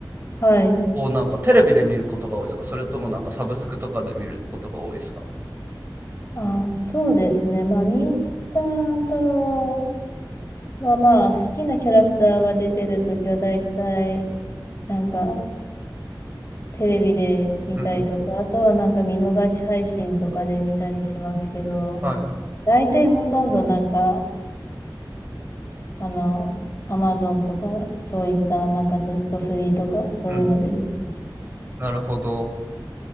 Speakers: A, on the left (about 35°); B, on the right (about 25°).
A: はい。
B: こうなんかテレビで見ることが多いですかそれともなんかサブスクとかで見ることが多いですか
A: あー、そうですね。まあ、忍たま乱太郎は、まあ、好きなキャラクターが出てるときは、だいたい、なんか、テレビで見たりとか、
B: うん。
A: あとはなんか見逃し配信とかで見たりしますけど、
B: はい。
A: 大体ほとんどなんか、あの、アマゾンとか、そういったなんかネットフリーとか、そういうので見てます。
B: うん。なるほど。